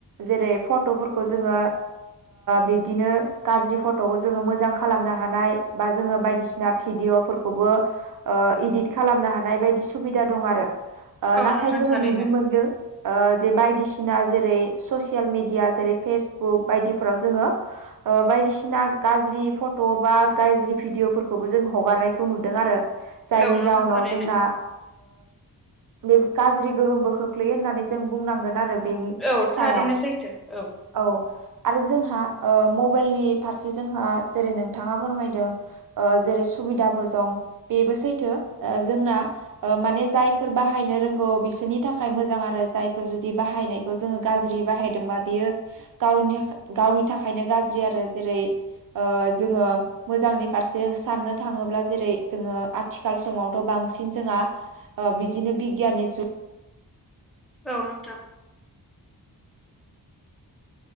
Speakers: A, on the right (about 55°); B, in the centre.
A: जेरै फट'फोरखौ जोङो बिदिनो गाज्रि फट'खौ जोङो मोजां खालामनो हानाय बा जोङो बायदिसिना भिदिअफोरखौबो इदित खालामनो हानाय बायदि सुबिदा दं आरो
B: औ
A: नाथाय
B: नोंथां
A: जोङो
B: थारैनो
A: नुनो मोनदों जे बायदिसिना जेरै ससियेल मिडिया जेरै फेसबुक बायदिफोराव जोङो बायदिसिना गाज्रि फट' बा गाज्रि भिदिअफोरखौबो जों हगारनायखौ नुदों आरो जायनि
B: औ नोंथां
A: जाहोनाव
B: थारैनो
A: जोंना बे गाज्रि गोहोमबो खोख्लैयो होननानै जों बुंनांगोन आरो बेनि
B: औ थारैनो
A: सायाव
B: सैथो औ
A: औ आरो जोंहा मबाइलनि फारसे जोंहा जेरै नोंथाङा फोरमायदों जेरै सुबिदाफोर दं बेबो सैथो जोंना माने जायफोर बाहायनो रोंगौ बिसोरनि थाखाय मोजां आरो जायफोर जुदि बाहायनाय जोङो गाज्रि बाहायदोंबा बियो गावनि गावनि थाखायनो गाज्रि आरो जेरै जोङो मोजांनि फारसे साननो थाङोब्ला जेरै जोङो आथिखाल समावथ' बांसिन जोंहा ओ बिदिनो बिगियाननि जुग
B: औ नोंथां